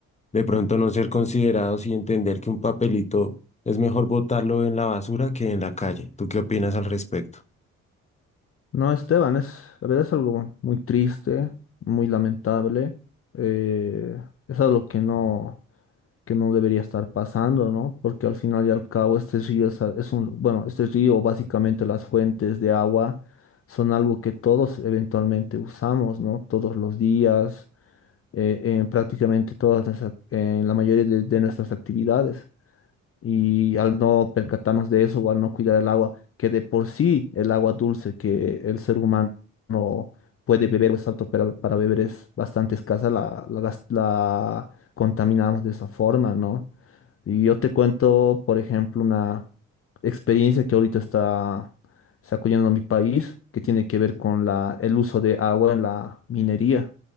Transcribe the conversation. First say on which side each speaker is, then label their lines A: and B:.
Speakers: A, on the left; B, on the left.
A: de pronto no ser considerados y entender que un papelito es mejor botarlo en la basura que en la calle? ¿Tú qué opinas al respecto?
B: No, Esteban, es, la verdad es algo muy triste, muy lamentable. eh, es algo que no, que no debería estar pasando, ¿no? Porque al final y al cabo este río es, a- es un, bueno, este río, básicamente las fuentes de agua, son algo que todos eventualmente usamos, ¿no? Todos los días, eh, en prácticamente todas nuestras- en la mayoría de de nuestras actividades. y al no percatarnos de eso o al no cuidar el agua, que de por sí el agua dulce que el ser humano puede beber o es apto para, para beber es bastante escasa, la, la, gas- la contaminamos de esa forma, ¿no? Y yo te cuento, por ejemplo, una experiencia que ahorita está sacudiendo mi país, que tiene que ver con la, el uso de agua en la minería.